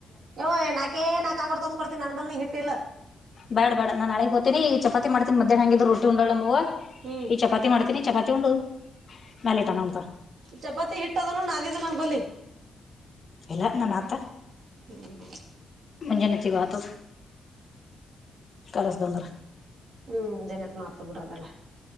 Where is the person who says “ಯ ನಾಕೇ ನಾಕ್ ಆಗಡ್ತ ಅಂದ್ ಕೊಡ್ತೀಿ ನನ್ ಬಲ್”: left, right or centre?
Right